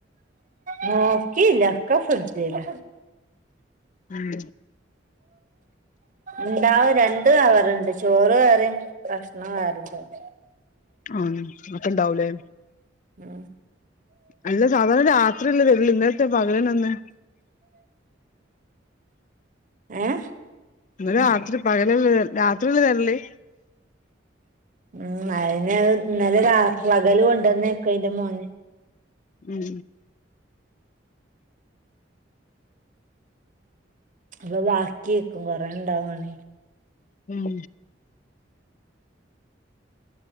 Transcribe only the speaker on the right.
നോക്കിയില്ല ഒക്കെ ഫ്രിഡ്ജിലാ.
ഇണ്ടാവും രണ്ടു കവറിണ്ട് ചോറ് വേറെയും കഷ്ണം വേറെണ്ടാവും.
ഉം
ഏഹ്
ഉം അയിന് അത് ഇന്നലെ രാ പകല് കൊണ്ടന്നേക്കും അയിന്റെ മോന്.
അപ്പൊ ബാക്കിയേക്കും കൊറെ ഇണ്ടാവാണെ